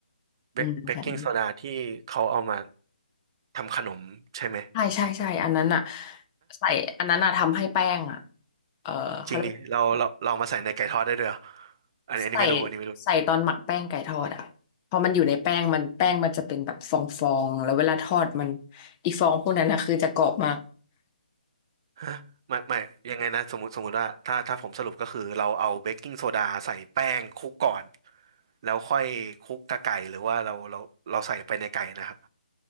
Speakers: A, on the right; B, on the left.
A: เบกเบกกิ้งโซดาที่เขาเอามา
B: อืมใส่
A: ทำขนมใช่ไหม
B: ใช่ใช่ใช่อันนั้นอ่ะใส่อันนั้นอ่ะทำให้แป้งอ่ะเออเขาเรียกว่าอะไร
A: จริงดิเราเราเรามาใส่ในไก่ทอดได้ด้วยเหรออันนี้อันนี้ไม่รู้อันนี้ไม่รู้
B: ใส่ใส่ตอนหมักแป้งไก่ทอดอ่ะพอมันอยู่ในแป้งมันแป้งมันจะเป็นแบบฟองๆแล้วเวลาทอดมันอีฟองพวกนั้นนะคือจะกรอบมาก
A: ฮะไม่ไม่ ยังไงนะสมมติสมมติว่าถ้าถ้าผมสรุปก็คือเราเอาเบกกิ้งโซดาใส่แป้งคลุกก่อน แล้วค่อยคลุกกับไก่หรือว่าเราเราเราใส่ไปในไก่นะครับ